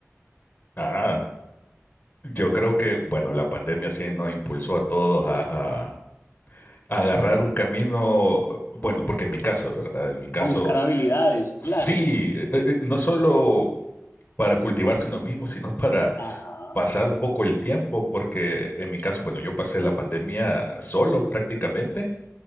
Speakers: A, on the left; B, on the left.
A: Ah, yo creo que, bueno, la pandemia sí nos impulsó a todos a, a- agarrar un camino, bueno, porque en mi caso, ¿verdad? En mi caso,
B: A buscar habilidades,
A: sí,
B: claro.
A: eh, eh, no solo para cultivarse uno mismo, sino para
B: Ajá.
A: pasar un poco el tiempo, porque en mi caso, bueno, yo pasé la pandemia solo prácticamente,